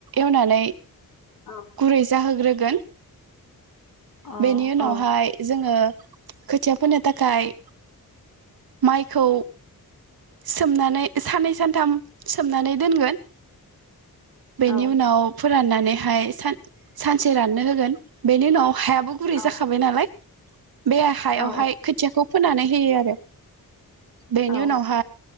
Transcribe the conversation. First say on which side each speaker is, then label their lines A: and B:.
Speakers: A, on the right; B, on the left.
A: एवनानै।
B: औ
A: गुरै जाहोग्रो गोन। दोन।
B: अ
A: बेनि उनावहाय
B: औ
A: जोङों। खोथिया फोनो थाखाय माइखौ सोमनानै साननै सानथाम सोमनानै दोनगोन बेनि
B: औ
A: उनाव फु फोराननानैहाय सान-सानसे राननो होगोन बेनि उनाव हायाबो गुरै
B: औ
A: जाखाबाय नालाय बे हायावहाय
B: औ
A: खोथियाखौ फोनानै होयो आरो बेनि
B: औ
A: नाव